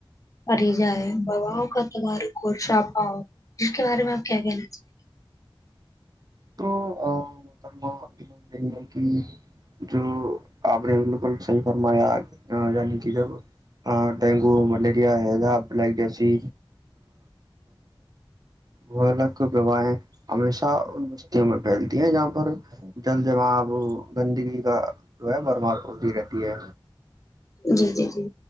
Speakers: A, on the left; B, on the right.
A: پری جا ببا کا تار چاپا ہو جس کے بارے میں آپ کیا کہنا چاہتے ہیں
B: <unintelligible> جو آپ نے بالکل صحی فرمایا آ یعنی کہ جب ڈینگو ملیریا ہےضہ بلائک جیسی وہ الگ وواہ ہے ہمیشہ پھیلتی ہیں جہاں پر جل جم اب گندگی کا جو ہے برمار ہوتی رہتی ہے
A: جی جی جی